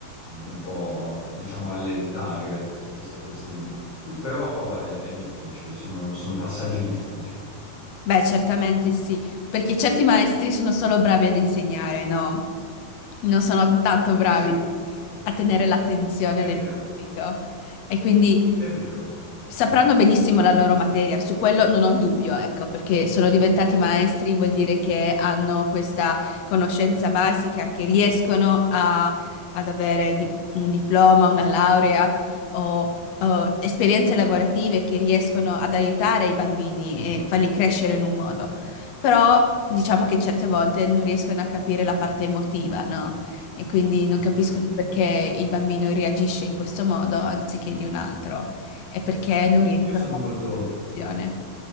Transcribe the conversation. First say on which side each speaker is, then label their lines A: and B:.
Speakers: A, on the left (about 40°); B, on the left (about 70°).
A: eh, un po', diciamo, allentare questa questione qui. Però è, è difficile, sono, sono passaggi difficili.
B: <laughs> beh, certamente sì, perché certi maestri sono solo bravi ad insegnare, no? Non sono tanto bravi
A: Sì,
B: a tenere l'attenzione
A: è
B: del
A: vero,
B: pubblico. E quindi
A: è vero,
B: Sapranno benissimo la loro materia, su quello non ho dubbio, ecco, perché sono diventati maestri, vuol dire che hanno questa conoscenza basica, che riescono a- ad avere di- un diploma, una laurea o, o esperienze lavorative che riescono ad aiutare i bambini e farli crescere in un modo. Però diciamo che certe volte non riescono a capire la parte emotiva, no? E quindi non capiscono
A: certo.
B: perché il bambino reagisce in questo modo anziché di un altro e perché non riescono
A: Io sono
B: a mantenere
A: molto...
B: la relazione.